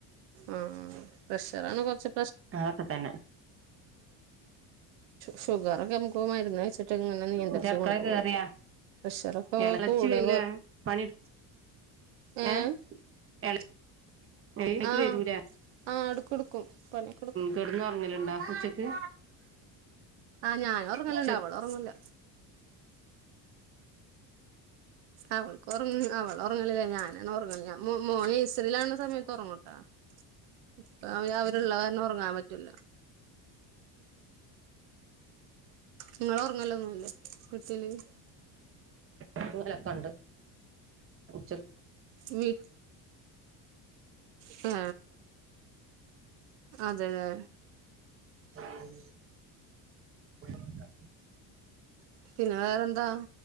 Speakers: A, on the right; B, on the right.
A: ആ ആ പ്രഷറാണ് കുറച്ച്
B: ആഒക്കെ താന്നെ
A: ഷുഗറൊക്കെ നമക്ക് മരുന്ന് കഴിച്ചിട്ട് ഇങ്ങനെ നിയന്ത്രിച്ച്
B: ഇജ്ജ് അടുക്കളെ
A: കൊണ്ടുപോകും
B: കേറിയാ
A: പ്രഷറൊക്കെ
B: എളച്ചി
A: കൂടെ
B: വരൂലേ പണിട്
A: ഏഹ്
B: ഏ എള <unintelligible>
A: ആഹ്
B: വരൂല
A: ആഹ് എടുക്കുടുക്കും പണിയൊക്കെടുക്കും
B: കെടന്നൊറങ്ങലുണ്ടാ ഉച്ചക്ക്
A: ആഹ് ഞാന ഉറങ്ങല്ണ്ട്
B: ഉച്ചക്ക്
A: അവള് ഉറങ്ങൂല അവൾക്ക് ഉറങ്ങ അവൾ അവള് ഉറങ്ങലില്ല ഞാനാണ് ഉറങ്ങല് മോന് നഴ്സറിലാണ സമയത്ത് ഉറങ്ങൂട്ടാ ഇപ്പംഅവി അവരുള്ള കാരണം ഉറങ്ങാൻ പറ്റൂല ഇങ്ങൾ ഉറങ്ങല്ലൊന്നും ല്ലേ <unintelligible>
B: ഇന്ന് ഓലൊക്കെ ഉണ്ട് ഉച്ചക്ക്
A: മി ഹേ അതെലേ
B: <inaudible>
A: പിന്നെ വേറെന്താ